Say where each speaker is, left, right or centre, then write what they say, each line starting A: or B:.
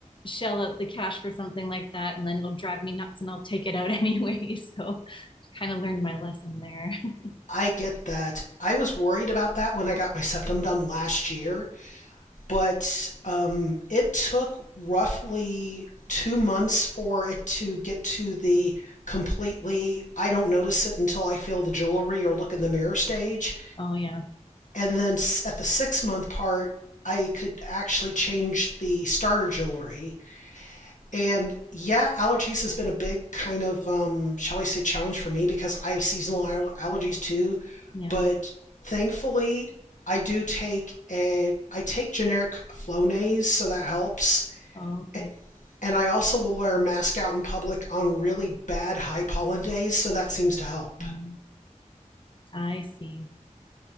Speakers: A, on the left (about 40°); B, on the left (about 70°).
A: shell out the cash for something like that and then it'll drive me nuts and I'll take it out <laughs> anyway. So kind of learned my lesson there. <laughs>
B: I get that. I was worried about that when I got my septum done last year but um, it took roughly two months for it to get to the completely I don't notice it until I feel the jewelry or look in the mirror stage.
A: Oh, yeah.
B: And then at the six month part, I could actually change the starter jewelry and yeah, allergies has been a big kind of, um, shall we say, challenge for me because I have seasonal al- allergies too.
A: Yeah.
B: But thankfully, I do take a I take generic Flonase, so that helps.
A: Oh, okay.
B: A- And I also will wear a mask out in public on really bad high pollen days, so that seems to help.
A: Mm, I see.